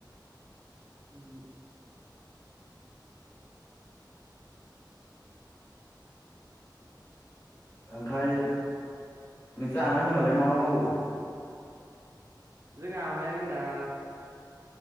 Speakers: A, on the right; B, on the left.
A: उम
B: ओमफाय नोंसा आमाइ मोनालाय मा मा मावो
A: जोंहा आमाय मोना